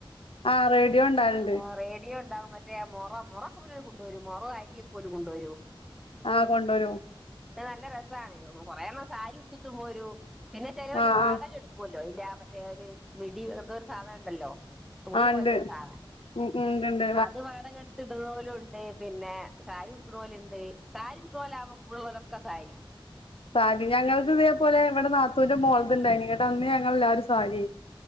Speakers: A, on the left; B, in the centre.
A: ആ റേഡിയോ ഉണ്ടാവലുണ്ട്
B: ആഹ് റേഡിയോ ണ്ടാവും മറ്റ് മറ്റേ മൊറം മൊറൊക്കെ പിന്നോല് കൊണ്ടോരും. മൊറോ അരിയൊക്കെ ഓല് കൊണ്ടോരും.
A: ആഹ് കൊണ്ടോരും.
B: നല്ല രെസാണ് കൊറെണ്ണം സാരി ഉട്ത്ത്ട്ട് പേരും. പിന്നെ ചെലേര്
A: ആ
B: വാടക
A: ആ
B: എട്ക്കും ഇട്ക്കോല്ലോ, അയിന്റെ ആഹ് മറ്റേ ഒര് മിടി എന്തേര് സാധനണ്ടല്ലോ തുണി
A: ആ
B: പോൽത്ത
A: ഉണ്ട്
B: സാധനം
A: ഉം ഉം ഇണ്ട്, ണ്ട്.
B: അത് വാടക എട്ത്ത്ട്ണേല്ണ്ട്. പിന്നെ സാരി ഉടുക്ക്ണേല്ണ്ട്. സാരിട്ക്ക്ണേലാവുമ്പേ കൂടള്ളേരെക്കെ സാരി.
A: സാരി ഞങ്ങൾത് ഇതേ പോലെ വടെ നാത്തൂന്റെ മോള്ത്ണ്ടായ്നി ന്നട്ട് അന്ന് ഞങ്ങള് ഏല്ലാരും സാരിഎയ്നി